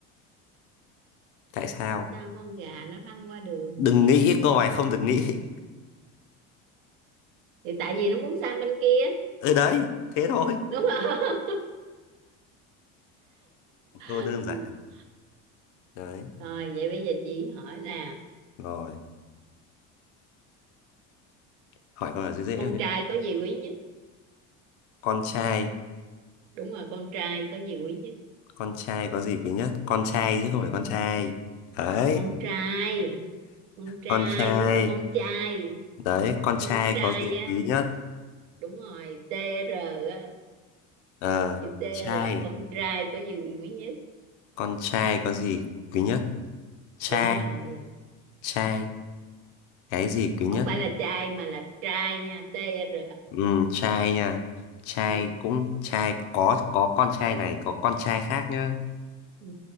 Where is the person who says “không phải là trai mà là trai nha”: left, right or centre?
Right